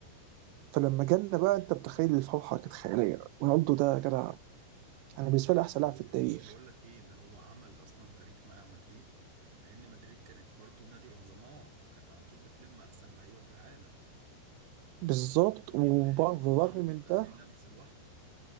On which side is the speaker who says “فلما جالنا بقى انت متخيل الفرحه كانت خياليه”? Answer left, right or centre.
Right